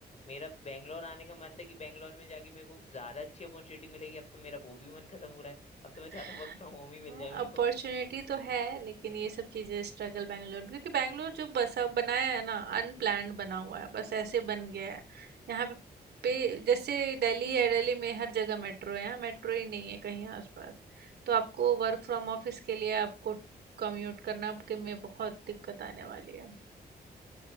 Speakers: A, on the left (about 40°); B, on the right (about 80°).
A: मेरा बैंगलोर आने का मन था कि बैंगलोर में जाके मेरे को ज्यादा अच्छी अपॉर्चुनिटी मिलेगी अब तो मेरा वो भी मन खत्म हो रहा है अब तो मैं चाहता
B: <laughs> <laughs>
A: हूँ वर्क फ्रॉम होम ही मिल
B: हाँ
A: जाए मेरे
B: अपॉर्चुनिटी
A: को
B: तो है लेकिन ये सब चीज़ें स्ट्रगल बैंगलोर में क्योंकि बैंगलोर जो बसा बनाया है ना अनप्लान्ड बना हुआ है बस ऐसे बन गया है यहाँ पे पे जैसे दिल्ली है दिल्ली में हर जगह मेट्रो है यहाँ मेट्रो ही नहीं है कहीं आसपास तो आपको वर्क फ्रॉम ऑफिस के लिए आपको कम्यूट करना आपके में बहुत दिक्कत आने वाली है